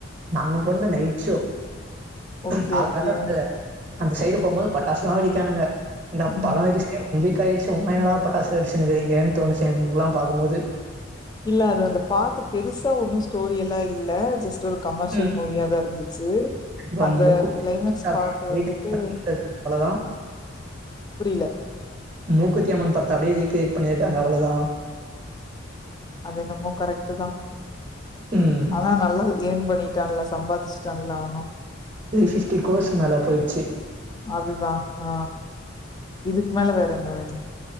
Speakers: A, on the right (about 30°); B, on the left (about 20°).
A: நாங்க பொண்ணு நைட் ஷோ
B: ஓகே
A: காலங்காத்தாள
B: ஓகே
A: அந்த சைடு போகும்போது பட்டாசுலாம் வெடிக்கானுங்கா இந்த
B: ம்
A: பழல <inaudible> ஒன் வீக் காயிச்சு உண்னுமா டா பட்டச வெடிச்சுருகீரிங்கன்னு தோணுச்சி எனக்கெல்லாம் பாக்கும்போது
B: இல்ல அது அந்த பாத்து பெருசா ஒண்ணு ஸ்டோரி எல்லா இல்ல ஜஸ் ட் ஒரு கமர்ஷியல்
A: ம்.
B: மூவியா தா இருந்துச்சு
A: இப்ப
B: அந்த
A: மூக்குத்தி
B: கிளைமேக்ஸ்
A: அப்படியே
B: பாட்டு
A: ரீக்ரியேட்
B: வந்துட்டு
A: பண்ணிருக்காங்க அவ்வளோதா.
B: புரியல
A: மூக்குத்தியம்ன் படத்த அப்டியே ரீகிரியேட் பண்ணியிருக்காங்க அவ்ளதா
B: அது என்னமோ கரெக்ட் தா
A: ம்.
B: ஆனா நல்லது ஏன் பண்ணிட்டான்ல சம்பாதிச்சுட்டான்ல அவனூ
A: த்ரீ பிப்டி கோர்ஸ்கு மேலா போயிச்சு
B: அதுதா ஆ இதுக்கு மேல வேற என்ன வேணு